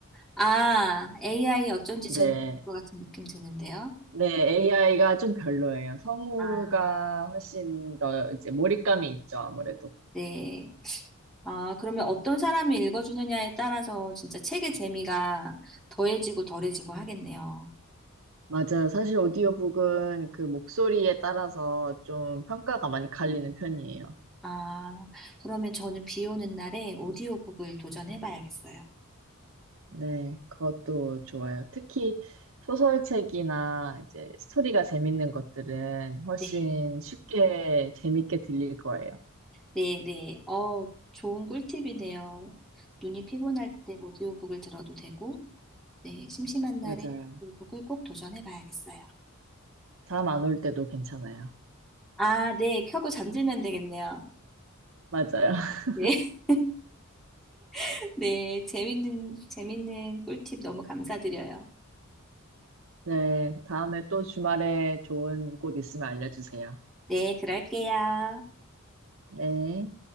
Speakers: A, in the centre; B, on the right.
A: 아, AI 어쩐지
B: 네.
A: 재밌을 것 같은 느낌 드는데요.
B: 네, AI가 좀 별로예요. 성우가
A: 아,
B: 훨씬 더 이제 몰입감이 있죠, 아무래도.
A: 네. 아, 그러면 어떤 사람이 읽어주느냐에 따라서 진짜 책의 재미가 더해지고 덜해지고 하겠네요.
B: 맞아요. 사실 오디오북은 그 목소리에 따라서 좀 평가가 많이 갈리는 편이에요.
A: 아, 그러면 저는 비 오는 날에 오디오북을 도전해봐야겠어요.
B: 네, 그것도 좋아요. 특히 소설책이나 이제 스토리가 재밌는 것들은 훨씬
A: 네,
B: 쉽게 재밌게 들릴 거예요.
A: 네, 네. 어, 좋은 꿀팁이네요. 눈이 피곤할 때 오디오북을 들어도 되고, 네, 심심한
B: 맞아요.
A: 날에 오디오북을 꼭 도전해봐야겠어요.
B: 잠 안 올 때도 괜찮아요.
A: 아, 네, 켜고 잠들면 되겠네요.
B: 맞아요. <laughs>
A: 네, <laughs> 네, 재밌는, 재밌는 꿀팁 너무 감사드려요.
B: 네, 다음에 또 주말에 좋은 곳 있으면 알려주세요.
A: 네, 그럴게요.
B: 네.